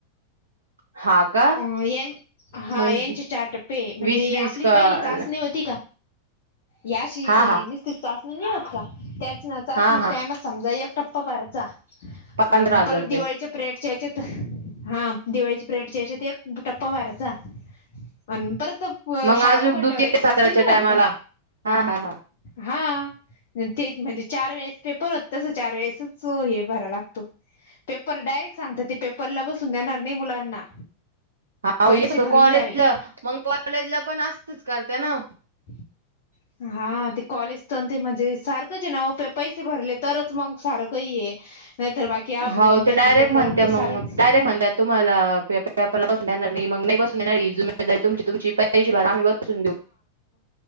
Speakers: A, on the right (about 70°); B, on the left (about 50°).
A: हा का
B: अ हा
A: म्हणजे
B: यांचे चार टप्पे म्हणजे
A: वीस वीस
B: आपली
A: का
B: पहिली चाचणी होती का याशी
A: हा हा
B: नस्त चाचणी नाही होत का त्याच ना चाचणी
A: हा हा
B: टायमात समजा एक टप्पा भरचा
A: पंधरा
B: आणि
A: हजार
B: परत
A: रुपये
B: दिवाळीच्या प्रेडच्या याच्यात हा दिवाळीचेप्रेडच्या याच्यात ते बुटा पवाराचा आणि परत
A: मग
B: शा
A: अजून
B: उघडल्यावर
A: द्वितीय
B: एक तच
A: सत्राच्या
B: नाही होत
A: टायमाला
B: का
A: हा हा हा
B: हा तेच म्हणजे चार वेळेस पेपर होत तसं चार वेळेसच हे भरा लागतो ते डायरेक्ट सांगतात पेपरला बसून देणार नाही मुलांना.
A: अह
B: पैसे
A: येत होत
B: भरून
A: कॉलेजला
B: द्यावे.
A: मग कॉलेजला पण असतच करते ना
B: <inaudible> हा ते कॉलेज आणि ते सारखंच आहे ना पैसे भरले तरच सारं काही आहे. नाही तर बाकी अभ्यासाचं
A: हो ते डायरेक्ट म्हणतात.
B: करम ते सारच
A: तुम्हाला पेपरला बसून देणार नाही ही जबाबदारी तुमची नाहीतर पैसे भरा देऊ